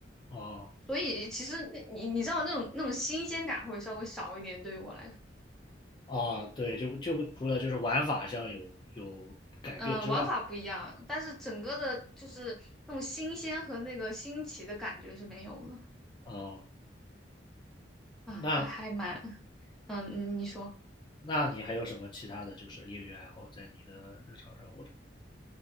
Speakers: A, on the left; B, in the centre.
A: 哦
B: 所以其实那你你知道那种那种新鲜感会稍微少一点，对于我来说。
A: 哦，对，就就除了就是玩法上有有改变之外，
B: 嗯，玩法不一样，但是整个的就是那种新鲜和那个新奇的感觉是没有的。
A: 哦，
B: 啊，
A: 那
B: 还还蛮，嗯，嗯你说，
A: 那你还有什么其他的就是业余爱好在你的日常生活中